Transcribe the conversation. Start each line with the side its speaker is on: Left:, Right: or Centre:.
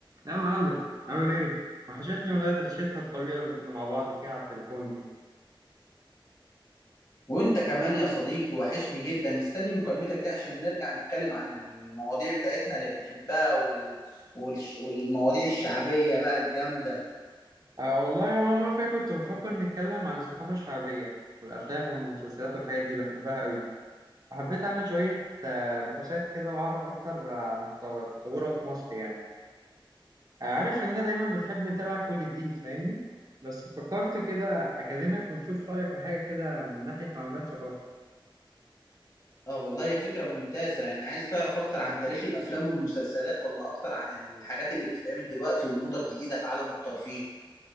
Right: يا معلم عامل ايه؟ وحشتني ولا درشتنا الطويلة اللي كنا مع بعض فيها على التليفون دي
Left: وانت كمان يا صديقي وحشني جدا مستني مكالمتك دي عشان نرجع نتكلم عن المواضيع بتاعتنا اللي بنحبها وال... والش... والمواضيع الشعبية بقى الجامدة
Right: آه والله أول مرة فيها كنت بفكر نتكلم عن الثقافة الشعبية والأفلام والمسلسلات والحاجات دي بحبها أوي وحبيت أعمل شوية آه، بحوثات كده وأعرف أكتر عن ت- تطورها في مصر يعني آه، عارف إننا دايما بنحب نتابع كل جديد فاهمني؟ بس فكرت كده أكلمك ونشوف رأيك في حاجة كده من ناحية معلومات ثقافة
Left: اه والله هي فكرة ممتازة يعني عايز تعرف اكتر عن تاريخ الافلام والمسلسلات ولا اكتر عن الحاجات اللي بتتعمل دلوقتي والموضة الجديدة في عالم الترفيه